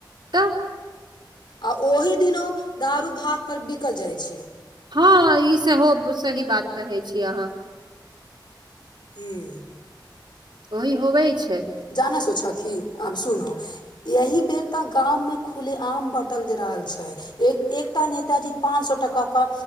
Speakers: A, on the right (about 70°); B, on the left (about 75°).
A: तऽ
B: आ ओही दिनो दारू भात पर बिकल जाइत छै
A: हँ ई सेहो सही बात कहै छी अहाँ
B: ह
A: ओही होबै छै
B: जाना सोचऽ की आब सुनू एहि बेर तऽ गाम मे खुलेआम बँटल रहल छै एक एकटा नेताजी पाँच सए टका क